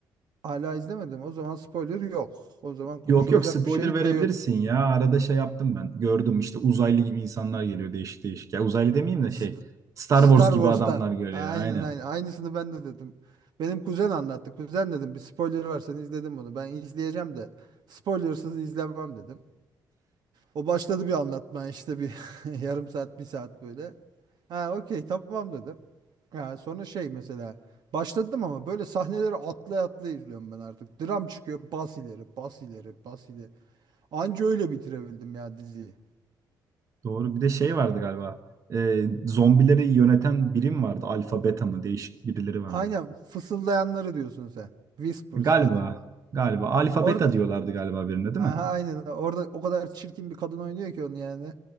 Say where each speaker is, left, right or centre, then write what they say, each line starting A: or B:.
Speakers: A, on the right (about 60°); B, on the right (about 45°).
A: Hala izlemedim. O zaman spoiler yok. O zaman konuşulacak
B: Yok yok spoiler
A: bir şey
B: verebilirsin
A: de yok.
B: ya. Arada şey yaptım ben. Gördüm işte uzaylı gibi insanlar geliyor değişik değişik. Ya uzaylı demeyeyim de
A: St-
B: şey Star
A: Star
B: Wars gibi
A: Wars'tan.
B: adamlar geliyor.
A: Aynen
B: Aynen.
A: aynen. Aynısını ben de dedim. Benim kuzen anlattı. Kuzen dedim bir spoiler var sen izledin bunu. Ben izleyeceğim de spoilersız izlemem dedim. O başladı bir anlatmaya işte bir <laughs> yarım saat bir saat böyle. Ha okey tamam dedim. Yani sonra şey mesela başladım ama böyle sahneleri atlay atlay izliyorum ben artık. Dram çıkıyor bas ileri bas ileri bas ileri. Anca öyle bitirebildim ya diziyi.
B: Doğru. Bir de şey vardı galiba. E, zombileri yöneten birim vardı. Alfa beta mı? Değişik birileri vardı.
A: Aynen fısıldayanları diyorsun sen. Whispers'ları.
B: Galiba. Galiba. Alfa
A: Orada
B: beta diyorlardı galiba birine değil
A: Aha,
B: mi?
A: aynen orada o kadar çirkin bir kadın oynuyor ki onu yani.